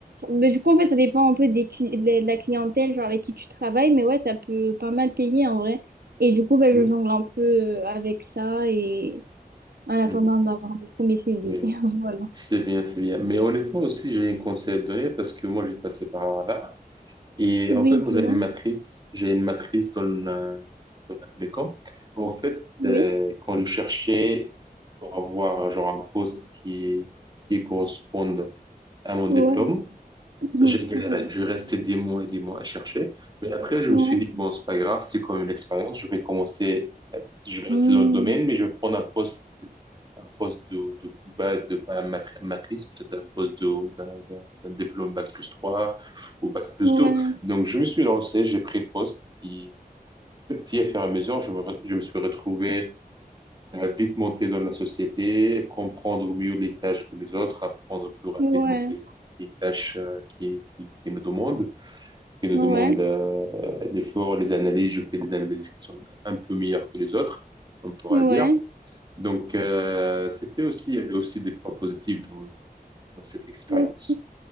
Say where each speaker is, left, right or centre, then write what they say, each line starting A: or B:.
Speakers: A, on the right (about 75°); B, on the right (about 25°).
A: f- bah, du coup, en fait, ça dépend un peu des cli- de la de la clientèle, genre avec qui tu travailles, mais ouais, ça peut pas mal payer en vrai. Et du coup, bah,
B: Mhm.
A: je jongle un peu euh, avec ça et en attendant
B: Mhm.
A: d'avoir mon premier CDI.
B: Oui.
A: <laughs> Voilà.
B: C'est bien, c'est bien. Mais honnêtement aussi, j'ai un conseil à te donner parce que moi, j'ai passé par là. Et
A: Oui,
B: en fait, moi,
A: dis-moi.
B: j'ai une matrice, j'ai une matrice dans la, dans la télécom. En fait,
A: Oui.
B: euh, quand je cherchais pour avoir genre un poste qui, qui corresponde à mon
A: Ouais.
B: diplôme,
A: <clears throat>
B: j'ai galéré,
A: Ouais.
B: je restais des mois et des mois à chercher. Mais après, je
A: Ouais.
B: me suis dit, bon, c'est pas grave, c'est quand même une expérience. Je vais commencer, à- je vais
A: Hmm.
B: rester dans le domaine, mais je vais prendre un poste, un poste de, de plus bas, de pas matri- matrice, peut-être un poste de- d'un d'un- d'un diplôme bac plus 3 ou bac plus
A: Ouais.
B: deux. Donc, je me suis lancé, j'ai pris le poste. Et petit à petit, à fur et à mesure, je me, re- je me suis retrouvé à vite monter dans la société, comprendre mieux les tâches que les autres, apprendre plus rapidement
A: Ouais.
B: les, les tâches euh, qui, qui, qui nous demandent, qui nous
A: Ouais.
B: demandent euh, l'effort, les analyses. Je fais des analyses qui sont un peu meilleures que les autres, on pourra
A: Ouais.
B: dire. Donc, euh, c'était aussi, il y avait aussi des points positifs dans, dans cette expérience.
A: Ok,